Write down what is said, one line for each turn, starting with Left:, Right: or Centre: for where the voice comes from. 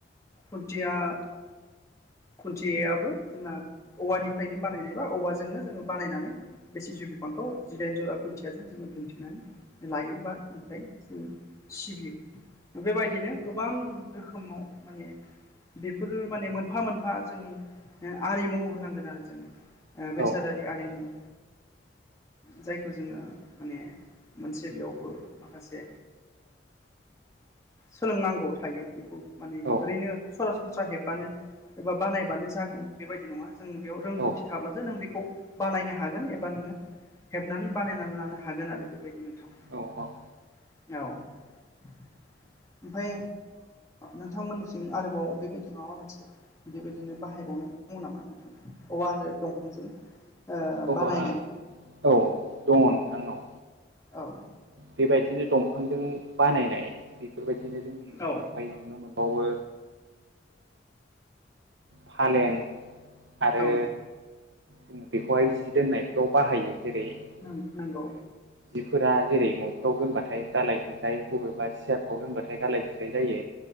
Left: खुन्थिया खुन्थिययाबो जोंना औवानिफ्रायनो बानायनाय बा औवाजोंनो जोङो बानायनानै बे सिजौ बिफांखौ जिदाइन जरा खुन्थियााजों जोङो दुमथिनानै लायोबा ओमफ्राय जों सिबियो बेबायदिनो गोबां रोखोमाव माने बेफोरो माने मोनफा मोनफा जोंनि आरिमु होनांगोन आरो
Right: औ
Left: बेसादारि आरिमु जायखौ जोङो माने मोनसे बेयावबो माखासे सोलोंनांगौ थायो बेखौ माने
Right: औ
Left: ओरैनो सरासनस्रा हेबबानो एबा बानायबानो जागोन बेबायदि नङा जों बेयाव रोंगौथि
Right: औ
Left: थाब्लासो नों बेखौ बालायनो हागोन एबा नोङो हेबनानै बानायनानै लानो हागोन आरो बेबायदि नोंथां
Right: औ
Left: औ ओमफफ्राय नोंथांमोननिथिं आरोबाव बेबायदि माबा मोनसे बेबायदिनो बाहायबावनाय दङ नामा नोंथां औवा आरो दंफांजों ओ
Right: औवा
Left: बानायनाय
Right: औ दङ नोंथांनाव
Left: औ
Right: बेबायदिनो दंफांजों बानायनाय बेफोरबायदिनो जोंनि ओनसोलावहाय
Left: औ
Right: नुनो मोनो बावो फालें आरो
Left: औ
Right: जोङ बेखौहाय जि दोननायफ्राव बाहायो जेरै
Left: उम नंगौ
Right: जोङो जिफोरा जेरै न'खराव दोनबाथाय गालाय गुजाय बबेबा सि बिजारखौ दोनबाथाय गालाय गुजाय जायो